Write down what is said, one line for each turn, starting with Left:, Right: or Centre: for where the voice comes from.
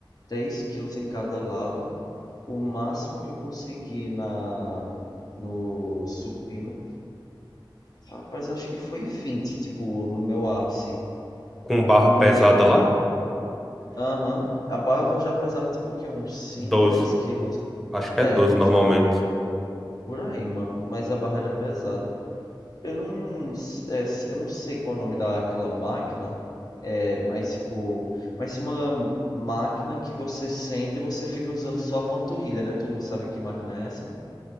Left: 10 quilos em cada lado. O máximo que eu consegui na. No supino. Rapaz, acho que foi 20 tipo, no meu ápice.
Centre: com barra
Left: No
Centre: pesada
Left: leg.
Centre: lá?
Left: Aham. A barra já pesava, tipo, o quê? Uns 5
Centre: doze,
Left: 10 quilos.
Centre: Acho que
Left: É,
Centre: é doze
Left: ge-
Centre: normalmente.
Left: por aí, mano. Mas a barra era pesada. Eu não. s- é, s- eu não sei qual é o nome daquela máquina. É, mas tipo, mas se uma máquina que você senta e você fica usando só a panturrilha, né? Tu sabe que máquina é essa?